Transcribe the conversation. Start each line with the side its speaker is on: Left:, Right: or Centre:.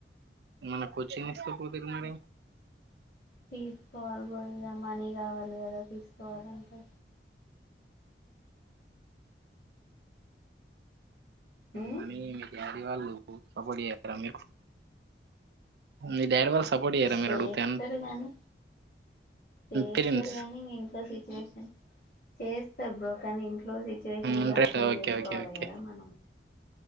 Right: మన కొచింగ్ ఎట్ల పోతుంది మరి
Left: తీసుకోవాలి బ్రో ఇంగ మనీ కావాలి కదా తీసుకోవాలంటే ఉమ్
Right: మనీ మీ డాడీ వాళ్ళు సపోర్ట్ చేయ్యారా మీకు మీ డాడీ వాళ్ళు సపోర్ట్ చేయరా
Left: చేస్తారు
Right: మీరు అడుగుతే
Left: గాని చేస్తారు
Right: పేరెంట్స్
Left: నీ ఇ ఇంట్లో చెస్ట్ చేస్తా బ్రో కానీ ఇ ఇంట్లొ సిచ్యువేషన్ కూడా
Right: ఇంట్రెస్ట్
Left: అర్థం
Right: ఓకే
Left: చేసుకోవాలి
Right: ఓకే ఓకే
Left: కదా మనం